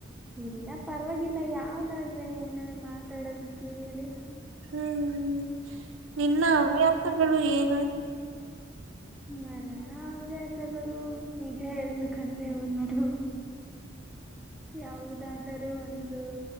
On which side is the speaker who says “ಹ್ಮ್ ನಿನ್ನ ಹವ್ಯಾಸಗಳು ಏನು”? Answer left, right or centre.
Right